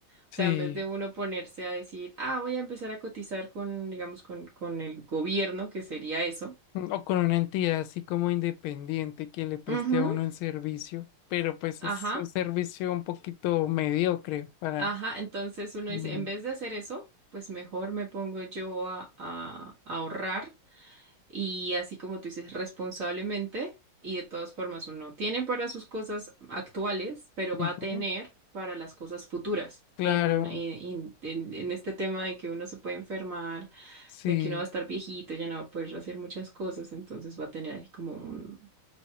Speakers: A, on the right; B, on the left.
A: O
B: sí.
A: sea, en vez de uno ponerse a decir, ah, voy a empezar a cotizar con, digamos, con, con el gobierno, que sería eso.
B: Mm, O con una entidad así como independiente que le preste
A: Ujú,
B: a uno el servicio, pero pues
A: ajá,
B: es un servicio un poquito mediocre para...
A: ajá. Entonces uno
B: Mm,
A: dice, en vez de hacer eso, pues mejor me pongo yo a a- a ahorrar y así como tú dices, responsablemente y de todas formas uno tiene para sus cosas actuales, pero va
B: ujú,
A: a tener para las cosas futuras.
B: Claro,
A: En, un- en, en- en este tema de que uno se puede enfermar,
B: sí.
A: de que uno va a estar viejito, ya no va a poder hacer muchas cosas, entonces va a tener ahí como un,